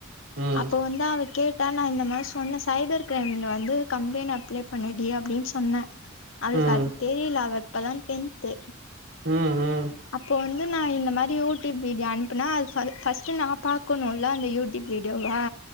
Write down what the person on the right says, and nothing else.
ம்
ம்
ம் ம்